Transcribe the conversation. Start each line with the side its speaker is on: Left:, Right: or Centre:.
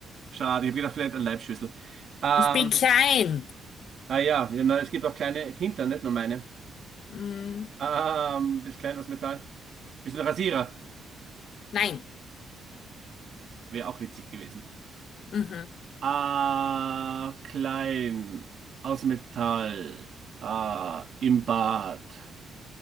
Right: Schade, ich habe gedacht, vielleicht eine Leibschüssel. Ähm,
Left: Ich bin klein.
Right: Ah ja, ja, na, es gibt auch kleine Hintern, nicht nur meine.
Left: Mm,
Right: Ähm, bisschen klein aus Metall. Bisschen Rasierer.
Left: Nein.
Right: Wäre auch witzig gewesen.
Left: Mhm.
Right: Ah, klein. Aus Metall. Ah, im Bad.